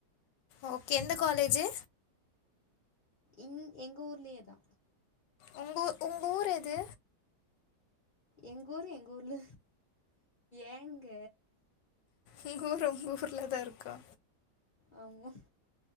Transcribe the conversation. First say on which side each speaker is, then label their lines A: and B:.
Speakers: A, on the left (about 75°); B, on the left (about 55°).
A: ஓகே எந்த காலேஜு
B: இங் எங்க ஊர்லயே தா
A: உங் ஊ உங் ஊர் எது
B: எங் ஊரு எங் ஊர்ல ஏங்க
A: உங்க ஊர் உங்க ஊர்ல தா இருக்கா
B: ஆமா